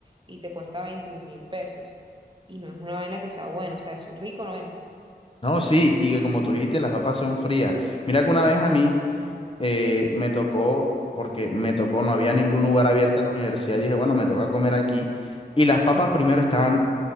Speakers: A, on the right; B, on the left.
A: y te cuesta veintiún mil pesos. Y no es una vaina que sea buena, o sea, eso rico no es.
B: No, sí, y que como tú dijiste, las papas son frías. Mira que una vez a mí eh, me tocó, porque me tocó, no había ningún lugar abierto en la universidad y dije, bueno, me toca comer aquí. Y las papas primero estaban